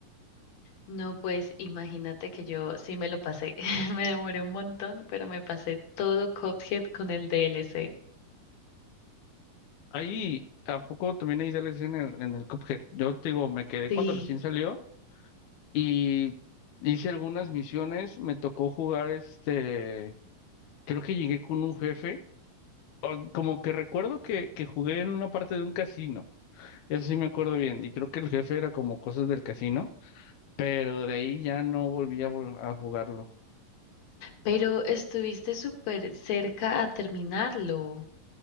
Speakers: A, on the left; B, on the left.
A: No, pues imagínate que yo sí me lo pasé. <laughs> Me demoré un montón, pero me pasé todo Cuphead con el DLC.
B: Ahí, ¿a poco también hay DLCs en el, en el Cuphead? Yo te digo, me quedé
A: Sí,
B: cuando recién salió y hice algunas misiones, me tocó jugar este, creo que llegué con un jefe, o- como que recuerdo que, que jugué en una parte de un casino, eso sí me acuerdo bien, y creo que el jefe era como cosas del casino, pero de ahí ya no volví a, vol- a jugarlo.
A: pero estuviste súper cerca a terminarlo,